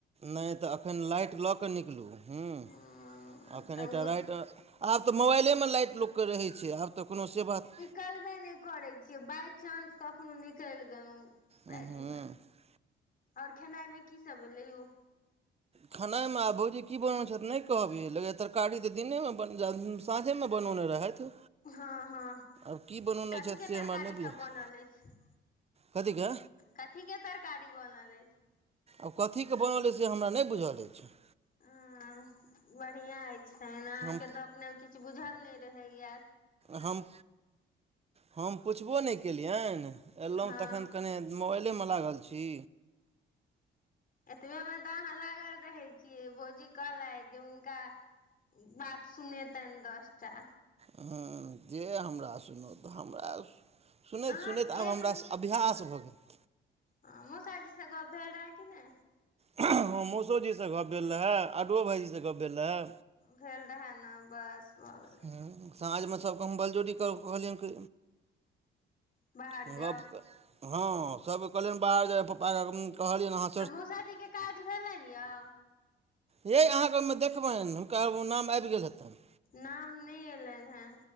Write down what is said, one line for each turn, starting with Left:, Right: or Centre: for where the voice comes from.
Right: नै तऽ एखन लाइट लऽ कऽ निकलु, हुं।
Left: हँ
Right: एखन
Left: तऽ
Right: एकटा राइत मे, आब तऽ मोबाइलेमे लाइट लोकके रहै छै, आब तऽ कोनो से बात
Left: कलबे नहि करै छियै, बाइ चांस कखनो निकलि गेलहुँ। रातिमे,
Right: खानामे
Left: और खेनाइ मे की सब भेलै यौ?
Right: खेनाइमे आ भौजी की बनेने छथि नहि कहब यै, लगैये तरकारी तऽ दिनेमे बनेलखिन साँझेमे बनौने रहथि।
Left: हँ हँ
Right: आब की बनौने
Left: कथी
Right: छथि
Left: के
Right: से
Left: तरकारी
Right: हमरा नहि बुझल
Left: सब बनल अछि
Right: कथिके
Left: कथी के तरकारी बनल अछि।
Right: आब कथीके बनल अइ से हमरा नहि बुझल अछि।
Left: हं बढ़ियाँ अछि, अहाँके
Right: हम
Left: तऽ अपने किछु बुझल नहि रहैये।
Right: हम हम पुछबो नहि केलियनि एलहुँ
Left: हँ
Right: तखैन कनि मोबाइलेमे लागल छी
Left: एतबे मे त अहां लागल रहै छियै, भौजी कहलैथ जे हुनका बात सुनेतनि दसटा।
Right: हं, जे हमरा सुनौत, हमरा सुनैत
Left: अहाँ
Right: सुनैत
Left: एक
Right: आब हमरा अभ्यास भऽ गेल।
Left: अहां के ककाजी से गप भेल रहे कि नै।
Right: हँ मौसोजीसे गप भेल रहे आडुओ भायइजीसे गप भेल रहे।
Left: भेल रहै ने बस भ गेलै।
Right: हूँ, साँझमे सबके हम बलजोरी करऽ कहलिअनि कि
Left: बाहर
Right: गप
Left: जाउ
Right: के। हँ, सबके कहलियनि बाहर जाय पापा के जाय ले कहलियनि हं।
Left: आ मौसाजीके काज भेलनि यौ।
Right: यै अहाँके ओहिमे देखबनि हुनका ओ नाम आबि गेल हेतनि।
Left: नाम नै एलनि हेँ।